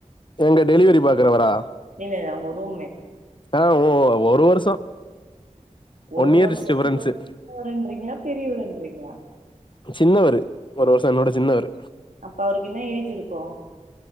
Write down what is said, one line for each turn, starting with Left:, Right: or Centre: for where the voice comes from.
Left: எங்க டெலிவிரி பாக்றவரா
Right: இல்ல இல அவுங்க ரூம்மேட்
Left: ஆஹ் ஓ ஒரு வருஷோ
Right: ஒரு
Left: ஒன் இயர்
Right: வருஷோ
Left: டிஃபரன்ஸு
Right: உங்ளோட சின்னவருன்றிங்லா பெரியவருன்றிங்ளா
Left: சின்னவரு ஒரு வருஷோ என்னோட சின்னவரு
Right: அப்ப அவருக்கு என்ன ஏஜ் இருக்கூ